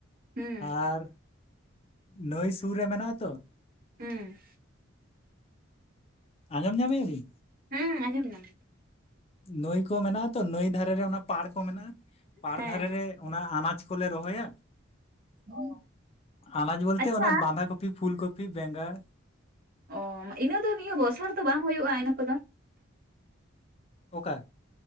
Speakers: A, on the right; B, on the left.
A: ᱦᱩᱸ
B: ᱟᱨ ᱱᱟᱹᱭ ᱥᱩᱨ ᱨᱮ ᱢᱮᱱᱟᱜ ᱟᱛᱚ
A: ᱦᱩᱸ
B: ᱟᱸᱡᱚᱢ ᱧᱟᱢᱮᱭᱟᱜ-ᱟ ᱵᱤᱱ
A: ᱦᱮᱸ ᱟᱸᱡᱚᱢ ᱮᱱᱟᱢ
B: ᱱᱟᱹᱭ ᱠᱚ ᱢᱮᱱᱟᱜ-ᱟ ᱛᱚ ᱱᱟᱹᱭ ᱫᱷᱟᱨᱮ ᱨᱮ ᱚᱱᱟ ᱯᱟᱲ ᱠᱚ ᱢᱮᱱᱟᱜ-ᱟ ᱯᱟᱲ
A: ᱦᱮᱸ
B: ᱫᱷᱟᱨᱮ ᱨᱮ ᱚᱱᱟ ᱟᱱᱟᱡ ᱠᱚᱞᱮ ᱨᱚᱦᱚᱭᱟ
A: ᱦᱮᱸ
B: ᱟᱱᱟᱡ ᱵᱚᱞᱛᱮ
A: ᱟᱪᱪᱷᱟ
B: ᱚᱱᱟ ᱚᱱᱟ ᱵᱟᱸᱫᱷᱟ ᱠᱚᱯᱤ ᱯᱷᱩᱞᱠᱯᱤ ᱵᱮᱸᱜᱟᱲ
A: ᱚ ᱤᱱᱟᱹ ᱫᱚ ᱱᱤᱭᱟᱹ ᱵᱚᱨᱥᱟ ᱫᱚ ᱵᱟᱝ ᱦᱩᱭᱩᱜ-ᱟ ᱤᱱᱟᱹ ᱠᱚᱫᱚ
B: ᱚᱠᱟ